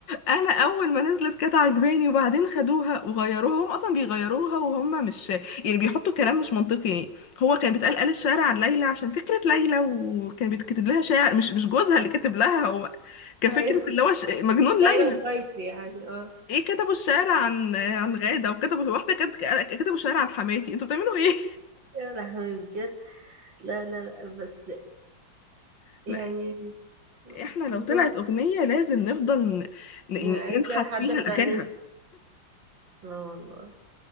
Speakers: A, on the left; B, on the right.
A: انا اول ما نزلت كانت عجباني وبعدين خدوها وغيروها هم اصلا بيغيروها وهم مش يعني بيحطوا كلام مش منطقي يعني هو كان بيتقال قال الشعر عن ليلى عشان فكرة ليلى وكان بيتكتب لها شعر مش مش جوزها اللي كتب لها هو كفكرة
B: ايوه
A: اللي هو ش- مجنون
B: ليلى
A: ليلى
B: وقيسي يعني اه
A: ايه كتبوا الشعر عن عن غادة وكتبوا واحدة كانت كتبوا الشعر عن حماتي انتوا بتعملوا ايه؟
B: يا لهوي بجد لا لا لا بس
A: <laughs>
B: يعني
A: لا احنا لو
B: هم
A: طلعت اغنية لازم نفضل ن- يعني
B: نعيش
A: ننحت
B: فيها لحد
A: فيها
B: ما
A: لاخرها
B: ننسى اه والله